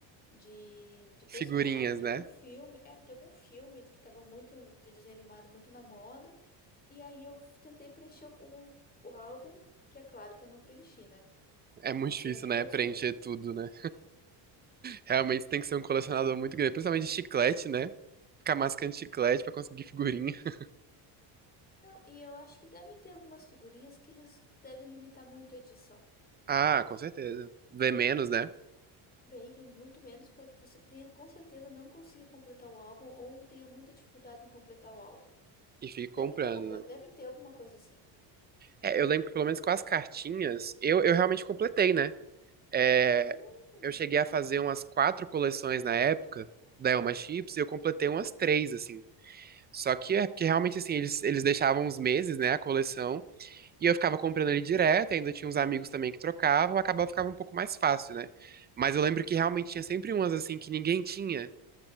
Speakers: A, on the left; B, on the right.
A: de, de personagem,
B: figurinhas,
A: de
B: né?
A: algum filme, é, de algum filme que tava muito, de desenho animado, muito na moda. E aí eu f- tentei preencher o, o, o álbum, que é claro que eu não preenchi, né?
B: É muito
A: Não tinha
B: difícil,
A: nem
B: né?
A: condições.
B: Preencher tudo, né? Realmente tem que ser um colecionador muito grande. Principalmente de chiclete, né? Ficar mascando chiclete pra conseguir figurinha. <laughs>
A: não e eu acho que devem ter algumas figurinhas que eles devem limitar muito a edição.
B: Ah, com certeza. Vê menos, né?
A: Vem, vem muito menos para que você tenha, com certeza, não consiga completar o álbum ou tenha muita dificuldade em completar o álbum.
B: E fica
A: Deve
B: comprando,
A: ter uma coisa,
B: né?
A: deve ter alguma coisa assim.
B: É, eu lembro que pelo menos com as cartinhas, eu, eu realmente completei, né? É,
A: Hum,
B: eu cheguei a fazer umas quatro coleções na época da Elma Chips e eu completei umas três, assim. Só que é porque realmente, assim, eles, eles deixavam uns meses, né? A coleção. E eu ficava comprando ele direto, ainda tinha uns amigos também que trocavam, acabava ficava um pouco mais fácil, né? Mas eu lembro que realmente tinha sempre umas assim que ninguém tinha.